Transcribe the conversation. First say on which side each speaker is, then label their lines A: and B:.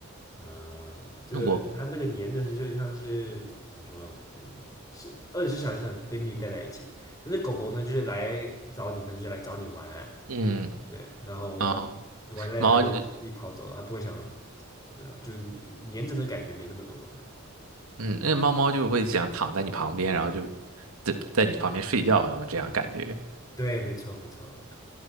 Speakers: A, on the left (about 15°); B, on the right (about 85°).
A: 嗯，就它那个黏的是就像是怎么说，
B: 那我
A: 嗯，是二十四小时很跟你待在一起。那狗狗呢，就是来找你，可能就来找你玩，
B: 嗯
A: 对，然后玩累了它就自己跑走了，
B: 啊，猫就
A: 它不会想怎么样，就是黏着的感觉没那么多。对，
B: 嗯那猫猫就会想躺在你旁边，然后就在在你旁边睡觉啊，然后这样感觉。
A: 对，没错，没错，